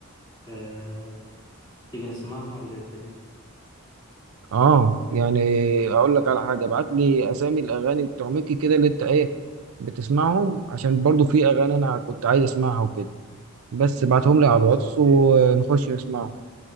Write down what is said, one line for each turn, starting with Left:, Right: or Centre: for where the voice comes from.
Left: أه... تيجي نسمعها ولا إيه الدنيا
Right: اه يعني اقول لك على حاجه ابعت لي اسامي الاغاني بتوع ميكي كده اللي انت ايه بتسمعهم عشان برضو في اغاني انا كنت عايز اسمعها وكده بس ابعتهم
Left: خلاص
Right: لي على الواتس
Left: أوكي
Right: ونخش نسمعهم